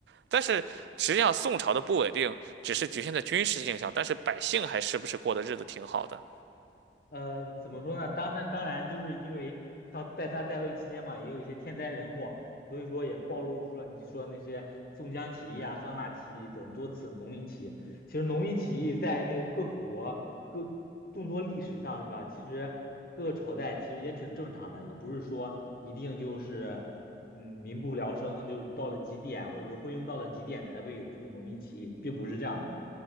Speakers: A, on the right; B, on the left.
A: 但是实际上宋朝的不稳定只是局限在军事性上，但是百姓还是不是过的日子挺好的。
B: 呃，怎么说呢？当然，当然，就是因为他在他在位期间嘛，也有一些天灾人祸，所以说也暴露出了你说那些宋江起义啊、方腊起义等多次农民起义。其实农民起义在那个各国各众多历史上是吧？其实各个朝代其实也挺正常的，也不是说一定就是嗯民不聊生，就是到了极点，或者说昏庸到了极点才会有这种农民起义，并不是这样的。